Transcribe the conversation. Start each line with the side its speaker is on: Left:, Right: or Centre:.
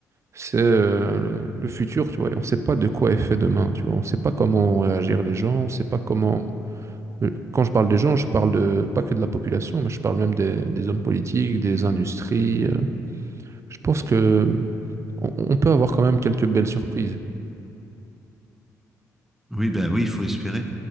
Right: C'est euh, le futur, tu vois. Et on sait pas de quoi est fait demain, tu vois. On sait pas comment vont réagir les gens. On sait pas comment. Euh, Quand je parle des gens, je parle de, pas que de la population, mais je parle même des, des hommes politiques, des industries. euh. Je pense que on on peut avoir quand même quelques belles surprises.
Centre: Oui, ben oui, il faut espérer.